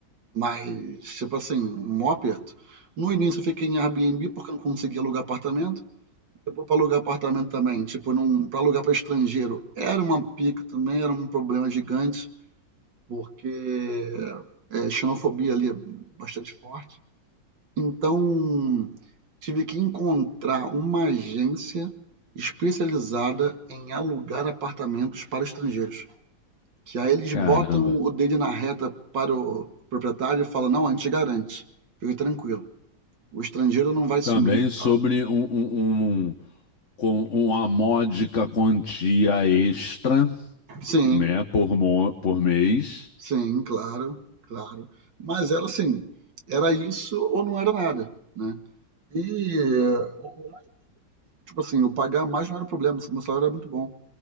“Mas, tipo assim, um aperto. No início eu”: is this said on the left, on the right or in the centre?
Right